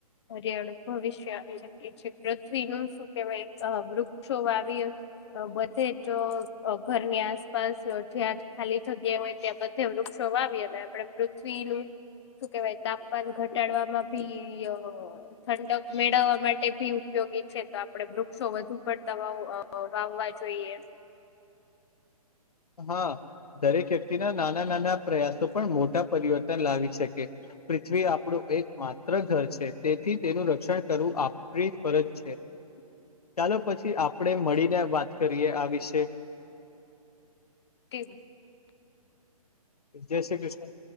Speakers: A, on the left; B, on the left.
A: હરિયાળું ભવિષ્ય આવી શકી છે પૃથ્વી નું શું કેવાય અ વૃક્ષો વાવી બધે તો ઘરની આસપાસ જ્યાં ખાલી જગ્યા હોય, ત્યાં બધે વૃક્ષો વાવીએ અને આપે પૃથ્વીનું શું કેવાય તાપ માન ઘટાડવામાં ભી ઠંડક મેળવવા માટે ભી ઉપયોગી છે, તો આપડે વૃક્ષો વધુ પડતા વાવ વાવવા જોઈએ,
B: હા, દરેક વ્યક્તિના નાના નાના પ્રયાસો પણ મોટા પરિવર્તન લાવી શકે. પૃથ્વી આપણું એક માત્ર ઘર છે, તેથી તેનું રક્ષણ કરવું આપણી ફરજ છે.
A: હ
B: ચાલો પછી આપણે મળીને વાત કરીએ, આ વિશે
A: કેવું
B: જય શ્રી કૃષ્ણ.